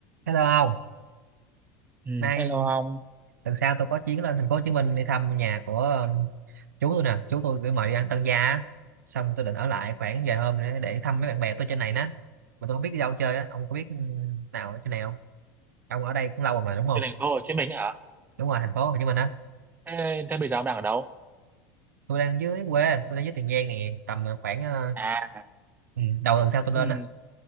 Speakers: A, on the right (about 90°); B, on the right (about 20°).
A: Hello ông,
B: Ừ,
A: nay
B: hello ông.
A: tuần sau tôi có chuyến lên thành phố Hồ Chí Minh đi thăm nhà của ờ, chú tôi nè, chú tôi gửi mời đi ăn tân gia á. Xong tôi định ở lại khoảng vài hôm nữa để thăm mấy bạn bè tôi trên này nè. Mà tôi không biết đi đâu chơi á, ông có biết nào ở trên này không? Ông ở đây cũng lâu rồi mà đúng không?
B: Trên thành phố Hồ Chí Minh hả?
A: Đúng rồi, thành phố Hồ Chí Minh á.
B: Thế, thế bây giờ ông đang ở đâu?
A: Tôi đang dưới quê, tôi đang dưới Tiền Giang nè, tầm khoảng ờ,
B: À,
A: ừ, đầu tuần sau tôi
B: Ừ,
A: lên á.